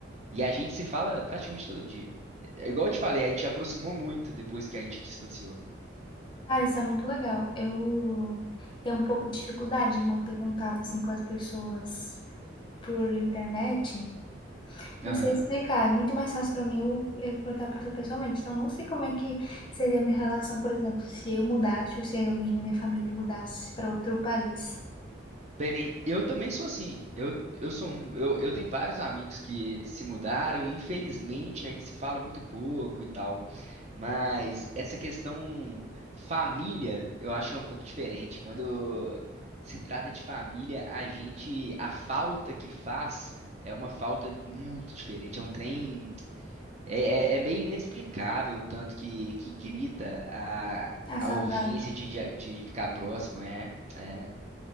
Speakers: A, on the right (about 35°); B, on the left (about 25°).
A: E a gente se fala praticamente todo dia. É igual eu te falei, a gente aproximou muito depois que a gente distanciou.
B: Cara, isso é muito legal. Eu tenho um pouco de dificuldade de manter contato assim com as pessoas por internet.
A: Aham.
B: Não sei explicar, é muito mais fácil pra mim eu, eu cortar a pessoa pessoalmente. Então, não sei como é que seria a minha relação, por exemplo, se eu mudasse ou se alguém da minha família mudasse pra outro país.
A: Bem, eu também sou assim. Eu, eu sou, um- eu, eu tenho vários amigos que se mudaram e infelizmente a gente se fala muito pouco e tal. Mas essa questão família, eu acho que é um pouco diferente. Quando se trata de família, a gente, a falta que faz é uma falta muito diferente. É um trem É, é- é meio inexplicável o tanto que, que grita a,
B: A
A: a
B: saudade.
A: urgência de, de, de ficar próximo, é, é.